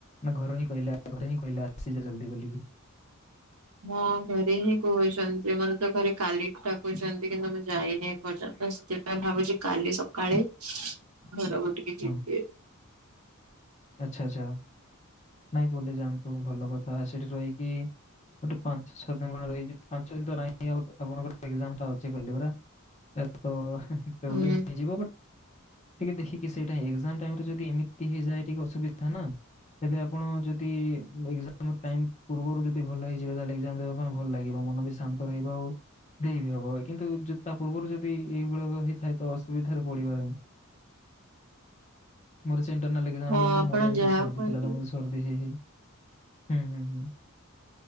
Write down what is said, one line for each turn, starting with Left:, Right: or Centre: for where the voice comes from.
Left: ନା ଘରେ ହିଁ କହିଲେ ଘରେ ହିଁ କହିଲେ ଆସିଯେ ଜଲଦି ବୋଲିକି।
Right: ମଁ ଘରେ ହିଁ କହୁଛନ୍ତି ମର ତ ଘରେ କାଲିଠୁ ାକୁହୁଛନ୍ତି କିନ୍ତୁ ମୁଁ ଯାଇନି ଏପର୍ଯ୍ୟନ୍ତ ଆସି ଆେ ଭାବୁଛ କାଲି ସକାଳେ ଘରକୁ ଟିକେ ଯିବେ।
Left: ହଁ ଆଚ୍ଛା ଆଚ୍ଛା ନାଇଁ ପଲେଇ ଯାଆନ୍ତୁ ଭଲ କଥା ସେଠି ରହିକି ଗୋଟେ ପାଞ୍ଚ ଛଅ ଦିନ ରହିଛି ପାଞ୍ଚ ଦିନ ତଁ ଆଉ ଆପଣଙ୍କରା ଅଛି କହିଲେ ପରା ଏ ତ
Right: ହୁଁ
Left: ବ୍ଲେ ହେଇଯ ଟିକେ ଦେଖିକି ସେଇଟା ଏକ୍ଜାମ ଟାଇମ ରେ ଯଦି ଏମିତି ହେଇଯାଏ ଟିକେ ଅସୁବିଧା। ଏବେ ଆପଣ ଯଦି ଆମ ଟାଇମ ପୂର୍ବରୁ ଯଦି ଭଲ ହେଇଯିବ ତାହେଲେ ଏଜାମ ଦେବା ପାଇଁ ଭଲ ଲାଗିବ ମନ ବି ଶାନ୍ତ ରହିବ ଆଉ। ଦେଇ ବି ହବ କିନ୍ତୁ ତା ପୂର୍ବରୁ ଯଦି ଏଇଭୁଡାକ ହେଇଥାଏ ତ ଅସୁବିଧାରେ ପଡିବହିଁ। ମୋର ସେ ଏଣ୍ଟରନାଲ ଏକଜାମ
Right: ହଁ ଆପଣ
Left: ମୋର ଏମିତି
Right: ଯାହା
Left: ସର୍ଦି
Right: କହିଲେ
Left: ଥିଲା। ସର୍ଦି ହେଇ ହୁଁ, ହୁଁ, ହୁଁ।